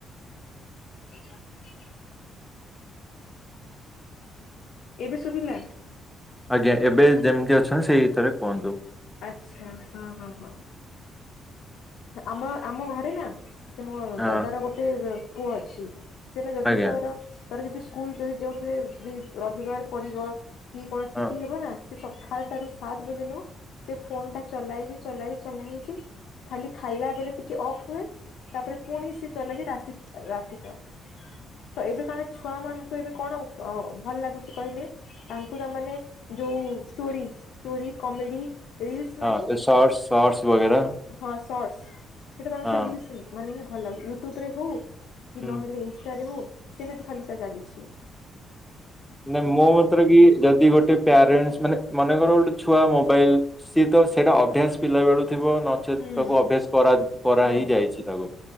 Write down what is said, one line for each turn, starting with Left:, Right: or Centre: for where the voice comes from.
Left: ଏା <unintelligible> ଏବେ ଶୁବିଲା
Centre: ଆଜ୍ଞା ଏବେ ଯେମିତି ଅଛନ୍ତି ସେଇ ଭିତରେ କୁହନ୍ତୁ
Left: ଆଛା ହଁ ହଁ ହଁ ଆମ ଆମ ଘରେ ନା ସେ ମୋ
Centre: ହଁ
Left: ଦାଦାର ଗୋଟେ ପୁଅ ଅଛି ସିନା ଯଦି
Centre: ଆଜ୍ଞା
Left: ତାର ତାର ଯଦି ସ୍କୁଲ ଯଦି ଯୋଉଥିରେ ବି ରବିବାର ପଡିବ କି କଣ ଛୁଟି
Centre: ହଁ
Left: ହେବନା। ସେ ସଖାଳଟାରୁ ସାତ ବଜେ ରୁ ସେ ଫୋନ ଟା ଚଲା ହେଇଚି ଚଲା-ଚଲା ହେଇଚି। ଖାଲି ଖାଇଲା ବେଳେ ଟିକେ ଅଫ୍ ହୁଏ, ତାପରେ ପୁଣି ସିଏ ଚଲେଇକି ରାତି <unintelligible> ତ ଏବେ କଣ ଛୁଆ ମାନଙ୍କୁ ଏବେ କଣ ଅ ଭଲ ଲାଗୁଛି କହିଲେ। ତାଙ୍କୁ ତାମାନେ ଯୋଉ ଷ୍ଟୋରି, ଷ୍ଟୋରି କମେଡି ରିଲସ ମାନେ
Centre: ହଁ ଶର୍ଟ ଶର୍ଟସ ବଗେରା
Left: ହଁ ଶର୍ଟସ, ସେଟା <unintelligible>
Centre: ହଁ
Left: ରିଲସ ମାନେ ହିଁ ଭଲ ଲାଗୁଚି, ୟୁଟୁବ ରେ ହଉ କି
Centre: ହୁଁ
Left: ନହେଲେ ଇନଷ୍ଟାରେ ହଉ, ସେମିତି ଖାଲି <unintelligible> ଚାଲିଚି।
Centre: ନାଇଁ ମୋ ମତରେ କି ଯଦି ଗୋଟେ ପ୍ୟାରେଣ୍ଟସ୍ ମାନେ ମନେକର ଗୋଟେ ଛୁଆ ମୋବାଇଲ୍, ସିଏ ତ ସେଇଟା ଅଭ୍ୟାସ ପିଲାବେଳୁ ଥିବ ନ ଚେତ୍
Left: ହୁଁ
Centre: ତାକୁ ଅଭ୍ୟାସ କରା-କରା
Left: ନାଇଁ
Centre: ହେଇଯାଇଚି ତାକୁ।